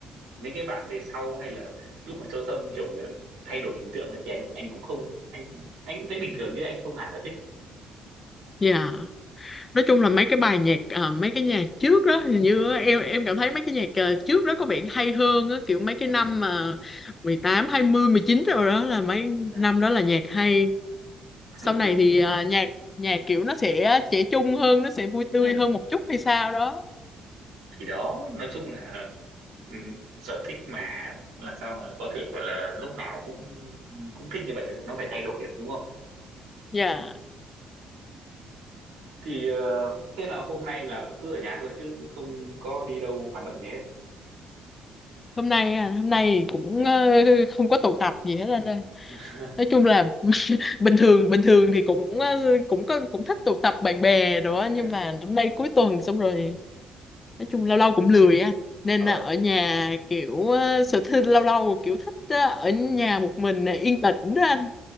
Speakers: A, on the right; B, on the left.
A: những cái bản về sau hay là lúc mà Châu Thâm kiểu như thay đổi hình tượng ấy, thì anh anh cũng không anh anh cũng thấy bình thường chứ anh không hẳn là thích
B: dạ nói chung là mấy cái bài nhạc ờ, mấy cái nhạc trước đó hình như á, em
A: ừ
B: em cảm thấy mấy cái nhạc ờ, trước đó có vẻ hay hơn á kiểu mấy cái năm
A: ừ
B: mà mười tám hai mươi mười chín rồi đó là mấy
A: ừ
B: năm đó là nhạc hay sau
A: đúng
B: này
A: đúng
B: thì
A: đúng,
B: ờ,
A: đúng.
B: nhạc nhạc kiểu nó sẽ trẻ trung hơn nó sẽ vui tươi
A: ừ
B: hơn một chút hay sao đó
A: thì đó nói chung là ừ, sở thích mà làm sao mà có thể gọi là lúc nào cũng cũng thích như vậy được nó phải thay đổi đúng không
B: dạ
A: thì ờ, thế là hôm nay là cứ ở nhà thôi chứ không có đi đâu hoạt động gì hết
B: hôm nay à, hôm nay cũng
A: ừ.
B: ờ, không có tụ tập gì hết anh ơi
A: <laughs>
B: nói chung là <laughs> bình thường bình thường thì cũng ờ, cũng có cũng thích tụ tập bạn bè rồi á, nhưng
A: ừ.
B: mà hôm nay cuối tuần xong rồi nói chung lâu lâu cũng lười á nên
A: ờ
B: là ở nhà kiểu ờ, sở thích lâu lâu kiểu thích ờ, ở nhà một mình ờ, yên tĩnh đó anh